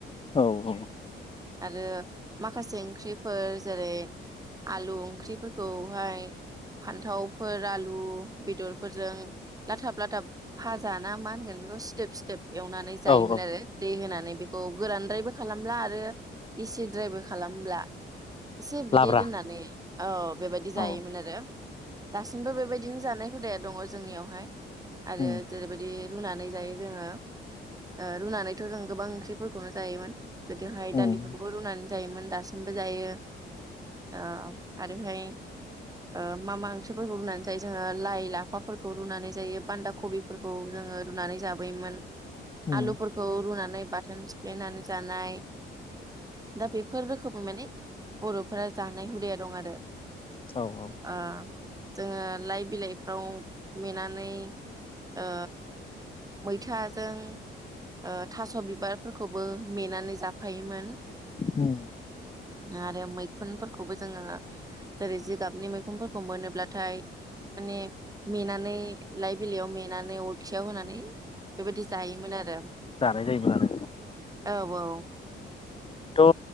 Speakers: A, on the left; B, on the right.
A: औ औ
B: आरो माखासे ओंख्रिफोर जेरै आलु ओंख्रिफोरखौहाय फान्थावफोर आल लु बेदरफोरजों लाथाब लाथाब फाजाना मा होनगोन बेखौ सिदोब सिदोब एवनानै जायोमोन
A: औ औ
B: आरो दै होनानै बेखौ औ गोरानद्रायबो खालामला आरो गिसि द्रायबो खालामला एसे बिदै
A: लाब्रा
B: दोननानै औ बेबायादि जायोमोन
A: औ
B: आरो दासिमबो बे बेबायदिनो जानाय हुदाया दङ जोंनियावहाय आरो
A: उम
B: जेरैबायदि रुनानै जायो जोङो ओ रुनानैथ जों गोबां ओंख्रिफोरखौनो जायोमोन गोदोहाय
A: उम
B: दालिफोरखौबो रुनानै जायोमोन दासिमबो जायो ओ आरोहाय ओ मा मा ओंख्रिफोरखौ रुनानै जायो जोङो लाइ लाफाफोरखौ रुनानै जायो बान्दा कबिफोरखौ जोङो रुनानै जाबोयोमोन
A: उम
B: आलुफोरखौ रुनानै बाथोन सिफ्लेनानै जानाय दा बेफोर रोखोमै माने बरफोरा जानाय हुदाया दं आरो
A: औ औ
B: ओ जोङो लाइ बिलाइफ्राव मेनानै ओ मैथाजों ओ थास बिबारफोरखौबो मेनानै जाफायोमोन
A: उम
B: आरो मैखुनफोरखौबो जोङो जेरै जिगाबनि मैखुनफोरखौ मोनोब्लाथाय माने मेनानै लाइ बिलाइयाव मेनानै अरखियाव होनानै बेबायदि जायोमोन आरो
A: जानाय जायोमोन आरो
B: औ औ
A: थ